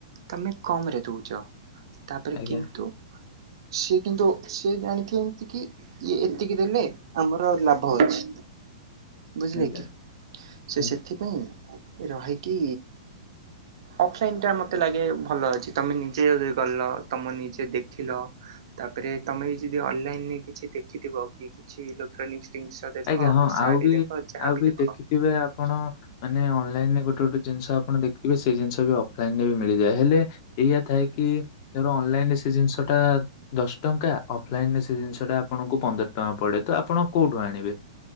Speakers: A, on the right; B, on the left.
A: ତମେ କମ ରେ ଦଉଛ ତାପରେ
B: ଆଜ୍ଞା
A: କିନ୍ତୁ, ସେ କିନ୍ତୁ ସିଏ ଜାଣିଥ କି ଇଏ ଏତିକି ଦେଲେ ଆମର ଲାଭ ଅଛି ବୁଝିଲେ
B: ଆଜ୍ଞା
A: କି ସେ
B: ଆଜ୍ଞା।
A: ସେଥିପାଇଁ ରହାଇ କି? ଅଫଲାଇନ ଟା ମତେ ଲାଗେ ଭଲ ଅଛି, ତମେ ନିଜେ ଯ ଗଲ ତମେ ନିଜେ ଦେଖିଲ ତାପରେ ତମେ ବି ଯଦି ଅନଲାଇନରେ କିଛି ଦେଖିଥିବ, କି କିଛି ଇଲେକ୍ଟ୍ରୋନିକ୍ସ ଜିନିଷ ଦେଖ
B: ଆଜ୍ଞା ହଁ
A: କି ଶାଢୀ
B: ଆଉ ବି
A: ଦେଖ ଯାହାବି
B: ଆଉ ବି
A: ଦେଖ
B: ଦେଖିଥିବେ ଆପଣ ମାନେ ଅନଲାଇନ ରେ ଗୋଟେ ଗୋଟେ ଜିନିଷ ଆପଣ ଦେଖଥିବେ, ସେଇ ଜିନିଷ ବି ଅଫଲାଇନ ରେ ବି ମିଳିଯାଏ ହେଲେ ଏଇଆ ଥାଏ କି ର ଅନଲାଇନ ରେ ସେ ଜିନିଷ ଟା ଦଶ ଟଙ୍କା ଅଫଲାଇନ ରେ ସେ ଜିନିଷ ଟା ଆପଣଙ୍କୁ ପନ୍ଦର ଟଙ୍କା ପଡେ ତ ଆପଣ କୋଉଠୁ ଆଣିବେ?